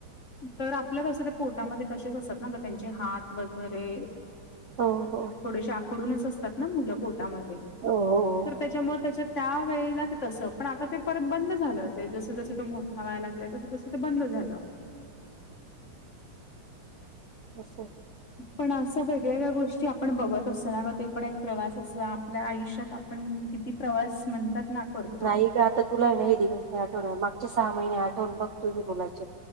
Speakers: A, on the left; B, on the right.
A: तर आपलं कसं तर पोटामध्ये तसेच असत ना का त्यांचे हात वगैरे
B: हो हो
A: थोडेसे आकडूनच असतात ना मुलं पोटामध्ये
B: हो हो.
A: तर त्याच्यामुळे त्याच्या त्या वेळेला ते तस पण आता ते परत बंद झालं ते जस-जसं तो मोठा व्हायला लागलाय तस. तस ते बंद झालं.
B: अस.
A: पण असं वेगवेगळ्या गोष्टी आपण बघत असतो ना ग ते पण एक प्रवास असत आपल्या आयुष्यात पण किती प्रवास म्हणतात? ना करतो
B: नाही ग आता तुला नाही दिवस नाही आठवण मागचे सहा महिने आठवण बघ तुझे मुलाचे